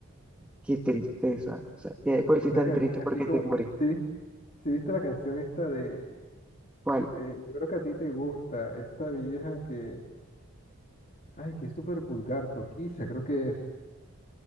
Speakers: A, in the centre; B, on the left.
A: Qué tristeza. O sea, ya de por
B: Una
A: sí tan
B: canción
A: triste porque
B: así como,
A: te morí.
B: ¿sí, sí viste la canción esta de,
A: ¿Cuál?
B: de- yo creo que a ti te gusta, esta vieja que, ay, que es súper vulgar, Toquilla, creo que es.